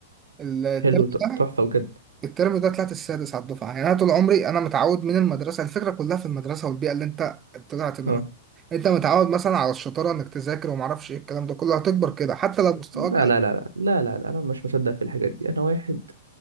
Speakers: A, on the right; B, on the right.
A: الترم
B: حلو ت-
A: ده
B: تحفة بجد
A: الترم ده طلعت السادس على الدفعة يعني أنا طول عمري أنا متعود من المدرسة الفكرة كلها في المدرسة والبيئة اللي أنت طلعت منها
B: اه
A: أنت متعود مثلا على الشطارة إنك تذاكر ومعرفش إيه الكلام ده كله هتكبر كده حتى لو مستواك
B: لا
A: أقل.
B: لا لا لا لا لا لا، انا مش مصدق في الحاجات دي انا واحد